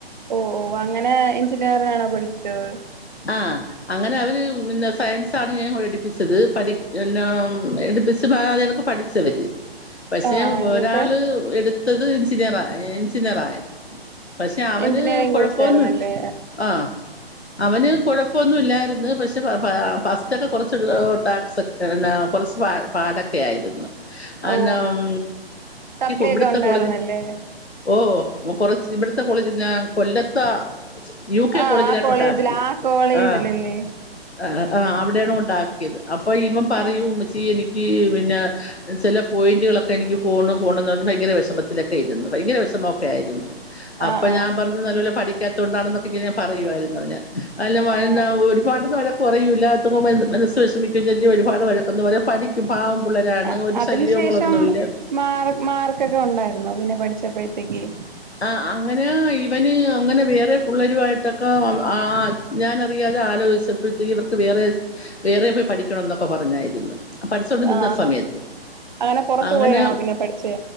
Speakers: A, on the right; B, on the left.
A: ഓഹ് അങ്ങനെ എഞ്ചിനീയറിനാണോ പഠിപ്പിച്ചത്
B: ആഹ് അങ്ങനെ അവര് പിന്നെ സയൻസാണ് ഞാൻ എടുപ്പിച്ചത് പടി പിന്നെ എടുപ്പിച്ചു അതെകണക്ക്- പഠിച്ചവര് പക്ഷെ
A: ആ ആ, എന്നിട്ട്
B: ഒരാള് എടുത്തത് എഞ്ചിനീയറ എഞ്ചിനീയറായ പക്ഷെ അവന്
A: എഞ്ചിനീയറിംഗ്
B: കൊഴപ്പൊന്നുല്ലാ
A: കോഴ്സ് ആയിരുന്നല്ലേ
B: ആഹ് അവന് കൊഴപ്പൊന്നുമില്ലായിരുന്നു പക്ഷെ ഫസ്റ്റ് ഒക്കെ കുറച്ച് ടാപ്സ് <unintelligible> കൊറച്ച് പാടൊക്കെ ആയിരുന്ന്- ആന്ന
A: ഓ
B: ഉം
A: സപ്ലി
B: ഇവിടുത്ത
A: ഒക്കെ ഉണ്ടായിരുന്നല്ലേ
B: കോളേജി ഓ കൊറച്ച് ഇവിടത്തെ കോളേജന്ന കൊല്ലത്ത യു കെ
A: ആ
B: കോളേജിലാണ്
A: ആ കോളേജിൽ
B: ഉണ്ടാ ആഹ്
A: ആ കോളേജിലല്ലേ
B: ആഹ് ആഹ് അവിടെയാണ് കൊണ്ടാക്കി അപ്പൊ ഇവൻ പറയും
A: ആഹ്
B: ഉമ്മച്ചി എനിക്ക് പിന്നെ ചില പോയിന്റിളൊക്കെ ഒക്കെ എനിക്ക് ഫോണ് ഫോണ് എന്ന് പറഞ്ഞാൽ ഭയങ്കര വിഷമത്തിലൊക്കെയിരുന്നു ഭയങ്കര വിഷമൊക്കെ ആയിരുന്നു. അപ്പൊ
A: ആഹ് ആഹ്
B: ഞാൻ പറഞ്ഞു നല്ലപോലെ പഠിക്കാത്തുകൊണ്ടാണൊക്കെ ഇങ്ങനെ പറയുവായിരുന്നു അവന് അല്ല <unintelligible>
A: ആഹ്
B: വഴക്ക് പറയുല <unintelligible> മനസ്സ് വിഷമിക്കല്ല ഒരുപാട് വഴക്ക് എന്ന് പറയാ പഠിക്കും പാവം പിള്ളേരാണ്
A: ആഹ്
B: ഒരു
A: അതിനു
B: ശല്യങ്ങളൊന്നുമല്ല
A: ശേഷം മാർ മാർക്കൊക്കെ ഉണ്ടായിരുന്നു പിന്നെ പഠിച്ചപ്പോഴത്തേക്ക്-
B: ആഹ് അങ്ങനെ ഇവന് അങ്ങനെ വേറെ പള്ളരു ആയിട്ടൊക്ക ആഹ് ഞാനറിയാതെ ആലോചിച്ചപ്പോഴത്തേ ഇവർക്ക് വേറെ വേറെ പോയി പഠിക്കണം എന്നൊക്കെ പറഞ്ഞായിരുന്നു. പഠിച്ചോണ്ട് നിന്ന
A: ആഹ്
B: സമയത്ത്
A: അങ്ങനെ പുറത്തു
B: അങ്ങന-
A: പോയാണോ പിന്നെ പഠിച്ചേ